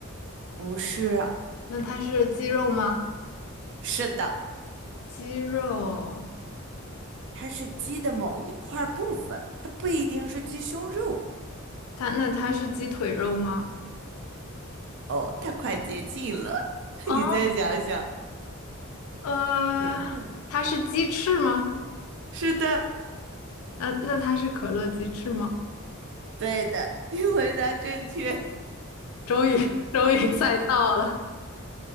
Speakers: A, on the right; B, on the left.
A: 不是。
B: 那它是鸡肉吗？
A: 是的。
B: 鸡肉，
A: 它是鸡的某一块部分，它不一定是鸡胸肉。
B: 它那它是鸡腿肉吗？
A: 哦，它快接近了，<laughs>
B: 哦，
A: 你再想想。
B: 呃，
A: 甜的，
B: 它是鸡翅吗？
A: 是的，
B: 那那它是可乐鸡翅吗？
A: 对的，<laughs> 你回答正确。
B: 终于 <laughs> 终于猜到了。